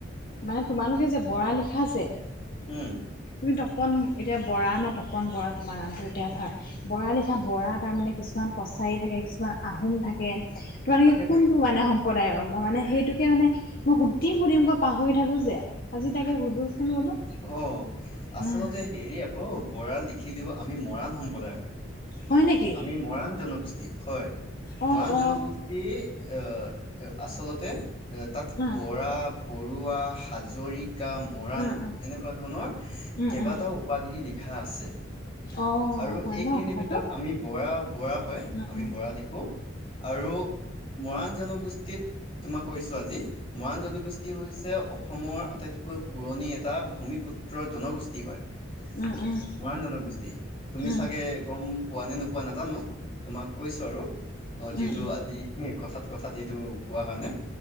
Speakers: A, on the left; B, on the left.
A: মানে তোমালোকে যে বৰা লিখা যে
B: উম,
A: তুমি তপন এতিয়া বৰা ন' তপন বৰা তোমাৰ আনটো এতিয়া ধৰা বৰা লিখা বৰা তাৰমানে কিছুমান কছাৰী থাকে, কিছুমান আহোম থাকে তোমালোকে
B: থাকে
A: কি
B: থাকে।
A: কি মানে সম্প্ৰদায়ৰ মই মানে সেইটোকে মানে মই সুধিম, সুধিম কৈ পাহৰি থাকো যে আজি তাকে সুধোচোন বোলো।
B: অ' আচলতে
A: উম
B: হেৰি আকৌ বৰা লিখিলেও আমি মৰাণ সম্প্ৰদায় হয়।
A: হয় নেকি
B: আমি মৰাণ জনগোষ্ঠী হয়,
A: অ
B: মৰাণ
A: অ
B: জনগোষ্ঠী তি আচলতে এ তাত
A: উম
B: বৰা বৰুৱা, হাজৰিকা, মৰাণ
A: উম উম
B: এনেকুৱা ধৰণৰ
A: উম
B: কেইবাটাও
A: উম।
B: উপাধি লিখা আছে
A: অ
B: আৰু
A: হয়
B: এইখিনিৰ
A: ন কথাটো।
B: ভিতৰত আমি বৰা বৰা হয়
A: উম
B: আমি
A: উম
B: বৰা লিখো আৰু মৰাণ জনগোষ্ঠ তোমাক কৈছো আজি মৰাণ জনগোষ্ঠী হৈছে অসমৰ আটাইতকৈ পুৰণি এটা ভূমিপুত্ৰৰ জনগোষ্ঠী হয়।
A: উম, উম।
B: মৰাণ জনগোষ্ঠী তুমি
A: উম
B: ছাগে গ'ম পোৱা নে নোপোৱা নাজানো। তোমাক কৈছো আৰু অ'
A: উম
B: যিহেতু
A: উম
B: আজি এ কথাত, কথাত যিটো কোৱা কাৰণে